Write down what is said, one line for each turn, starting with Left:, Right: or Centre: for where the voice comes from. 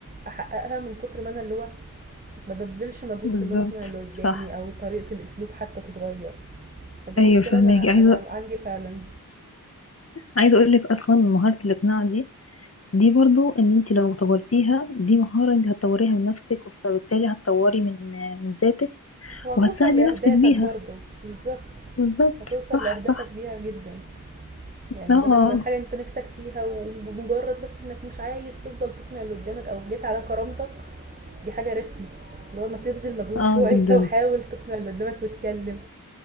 Right: أحققها من كتر ما أنا اللي هو ما ببذلش مجهود
Left: بالظبط
Right: في ان انا اقنع اللي قدامي
Left: صح
Right: او طريقة الاسلوب حتى تتغير فدي
Left: ايوه
Right: مشكلة
Left: فاهماكي
Right: انا
Left: عايزة
Right: انا عندي فعلا
Left: عايزة اقول لك اصلا مهارة الاقناع دي دي برضو ان انت لو طورتيها دي مهارة انت هتطوريها من نفسك فبالتالي هتطوري من من ذاتك
Right: وهتوصل
Left: وهتساعدي
Right: لاهدافك
Left: نفسك بيها
Right: برضو بالظبط
Left: بالظبط
Right: هتوصل
Left: صح
Right: لاهدافك
Left: صح
Right: بيها جدا
Left: اه
Right: يعني بدل
Left: اه
Right: ما الحاجة انت نفسك فيها وبمجرد بس انك مش عايز تفضل تقنع اللي قدامك او جيت على كرامتك دي حاجة رخمة اللي هو ما تبذل مجهود
Left: آه،
Right: شوية
Left: جدا
Right: <laughs> وحاول تقنع اللي قدامك وتكلم